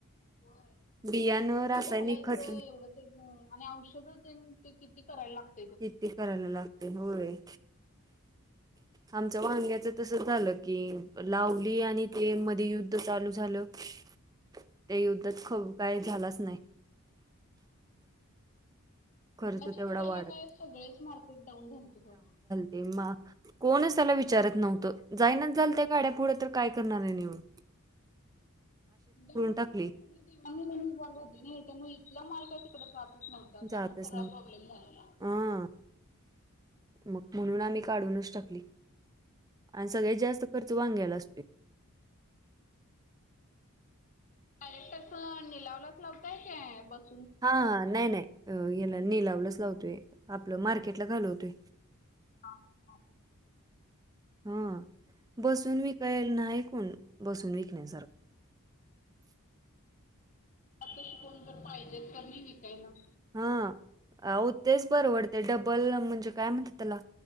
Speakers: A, on the left; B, on the right.
A: होय,
B: बियाणं
A: एवढं
B: रासायनिक
A: घालायचं
B: खत
A: एवढं तेजं आणि औषधं तेन किती करायला लागत
B: किती करायला लागतय, होय.
A: <inaudible>
B: आमच्या वाग्याचं तसंच झालं की,, लावली आणि ते मध्ये युद्ध चालू झालं त्या युद्धात खप काय झालाच नाही. खर्च
A: युद्धाच्या
B: तेवढा
A: वेळेला
B: वाढत
A: काय सगळेच मार्केट डाऊन झालतं सोड.
B: तेव्हा, कोणच त्याला विचारत नव्हतं, जायनाच झालत्या गाड्या पुुढं तर काय करणार आहे नीउन.
A: त्यामुळं
B: टाकली
A: ती देवान घेवान बंद होती नाही त्यामुळं म इथला माल काय तिकडं जातच नव्ह ता,
B: जातच
A: मग सगळा
B: नव्ह
A: प्रॉब्लेम झाला ना.
B: हा मग म्हणून आम्ही काढूनच टाकली. आणि सगळ्यात जास्त खर्च वांग्याला असतोय.
A: डायरेक्ट असं निलावलाच लावताय का बस
B: हा नाही नाही, याला निलावलंच लावतोय, आपलं मार्केटला घालवतोय.
A: हा हा,.
B: हा, बसून विकायला नाही कोण, बसून विकण्यासारखं.
A: आता बसून जर पाहिजेत तर नाही विकायला.
B: हा, हो तेच परवडतेय, डबल म्हणजे काय म्हण त्याला,